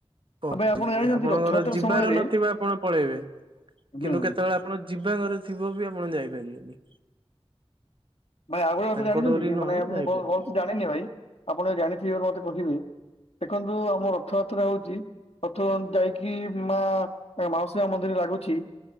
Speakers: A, on the right (about 55°); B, on the left (about 70°).
A: ପହଞ୍ଚିବେ
B: ଆଉ ଭାଇ ଆପଣ ଜାଣିଛନ୍ତି
A: ଆପଣଙ୍କର
B: ରଥଯାତ୍ରା
A: ଯିବାର
B: ସମୟରେ
A: ନଥିବା ଆପଣ ପଳେଇବେ
B: ହୁଁ
A: କିନ୍ତୁ କେତେବେଳେ ଆପ ଆପଣ ଯିବା ଘରେ ଥିବ ବି ଆପଣ ଯାଇପାରିବେନି।
B: ଭାଇ ଆଉ ଗୋଟେ କଥା
A: ତାଙ୍କ
B: ଜାଣିଛନ୍ତି
A: ଡୋରି
B: କି
A: ନହେଲେ
B: ମାନେ ମୁଁ
A: ଯାଇପାରିବେନି।
B: ବହୁତ ବହୁ ଜାଣି ନାଇ ନାଇ ଭାଇ ଆପଣ ଜାଣିଥିବେ ମତେ କହିବେ ଦେଖନ୍ତୁ ଆମ ରଥଯାତ୍ରା ହଉଛି ପଥମ ଯାଇକି ମା ମାଉସୀ ମା ମନ୍ଦିର ଲାଗୁଛି।